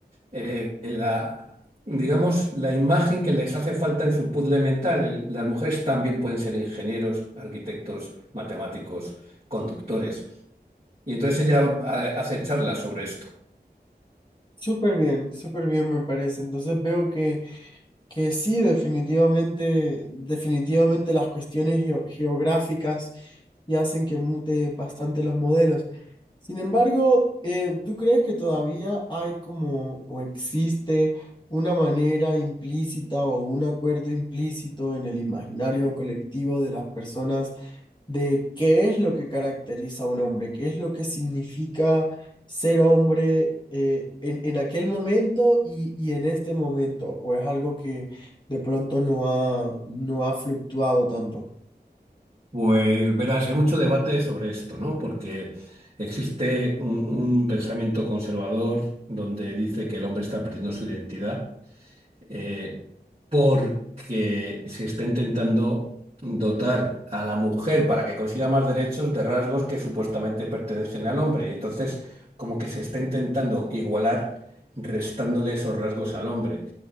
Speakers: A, on the right (about 35°); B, on the left (about 25°).
A: eh, la, digamos, la imagen que les hace falta en su puzzle mental. El- Las mujeres también pueden ser ingenieros, arquitectos, matemáticos, conductores. Y entonces ella eh, hace charlas sobre esto.
B: Súper bien, súper bien me parece. Entonces veo que, que sí, definitivamente, definitivamente las cuestiones geo- geográficas y hacen que mute bastante los modelos. Sin embargo, eh, ¿tú crees que todavía hay como o existe una manera implícita o un acuerdo implícito en el imaginario colectivo de las personas? de qué es lo que caracteriza a un hombre, qué es lo que significa ser hombre eh, en, en aquel momento y, y en este momento, o es algo que de pronto no ha, no ha fluctuado tanto.
A: Pues verás, hay mucho debate sobre esto, ¿no? Porque existe un, un pensamiento conservador donde dice que el hombre está perdiendo su identidad eh, porque se está intentando dotar a la mujer para que consiga más derechos de rasgos que supuestamente pertenecen al hombre. Y entonces como que se está intentando igualar restándole esos rasgos al hombre.